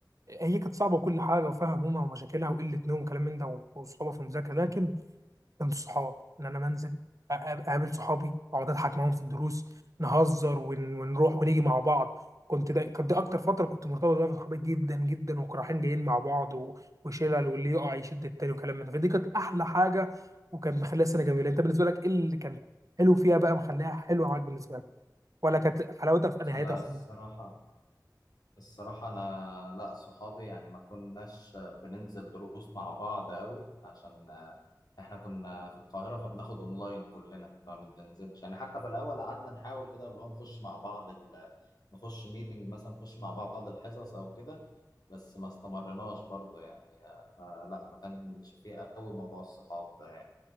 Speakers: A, on the right; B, on the left.
A: هي كانت صعبه وكل حاجه وفيها همومها ومشاكلها وقله نوم وكلام من ده وصعوبه في المذاكره لكن من الصحاب ان انا منزل أ- أ- اقابل صحابي اقعد اضحك معاهم في الدروس نهزر ون- ونروح ونيجي مع بعض كنت ده كانت دي اكتر فتره كنت مرتبط بيها بصحابي جدا جدا وكنا رايحين جايين مع بعض و- وشلل واللي يقع يشد التاني وكلام من ده فدي كانت احلى حاجه وكان مخليها سنه جميله انت بالنسبه لك ايه اللي كان حلو فيها بقى مخليها حلوه معاك بالنسبه لك ولا كانت حلاوتها في نهايتها
B: لا
A: خالص
B: الصراحة الصراحة انا لا صحابي يعني ما كناش بننزل دروس مع بعض قوي عشان احنا كنا في القاهرة فبناخد اونلاين كلنا فما بننزلش يعني حتى في الاول قعدنا نحاول كده اللي هو نخش مع بعض نخش ميتنج مثلا نخش مع بعض الحصص او كده بس ما استمرناش برضو يعني فلا ما كانش فيه قوي موضوع الصحاب ده يعني